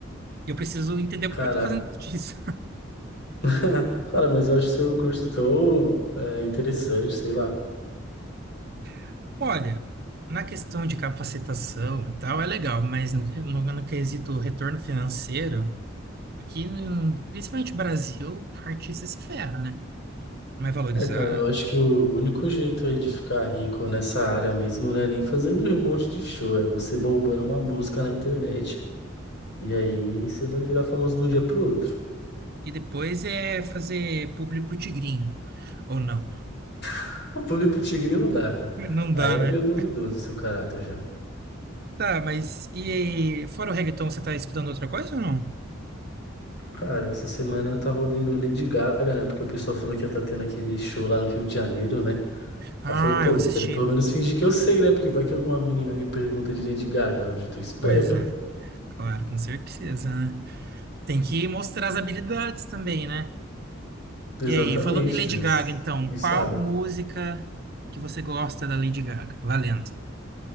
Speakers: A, on the right; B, on the left.
A: e eu preciso entender
B: Caraca.
A: porque eu tô fazendo isso.
B: <laughs> Cara, mas eu acho seu curso tão é, interessante, sei lá.
A: <laughs> Olha, na questão de capacitação e tal, é legal, mas no, no, no quesito retorno financeiro, aqui, no- principalmente no Brasil, o artista se ferra, né? Não é valorizado
B: É, cara, eu acho
A: e tal.
B: que o único jeito aí de ficar rico nessa área mesmo não é nem fazendo um monte de show, é você bombando uma música na internet. E aí você vai virar famoso de um dia pro outro.
A: E depois é fazer público pro tigrinho, ou não.
B: <laughs> O pulo pro tigrinho não dá, cara.
A: Não
B: Aí
A: dá,
B: é
A: né?
B: meio duvidoso o seu caráter já.
A: Tá, mas e fora o reggaeton, você tá escutando outra coisa ou não?
B: Cara, essa semana eu tava ouvindo Lady Gaga, né? Porque o pessoal falou que ia tá tendo aquele show lá no Rio de Janeiro, né?
A: Ah,
B: Aí eu falei, pô,
A: eu
B: eu
A: assisti.
B: quero pelo menos fingir que eu sei, né? Porque vai que alguma menina me pergunta de Lady Gaga. Eu já tô esperto.
A: Pois é, claro, com certeza, né? Tem que mostrar as habilidades também, né?
B: Exatamente,
A: E aí, falando em Lady
B: Zeus.
A: Gaga, então,
B: E sábio.
A: qual música que você gosta da Lady Gaga? Valendo.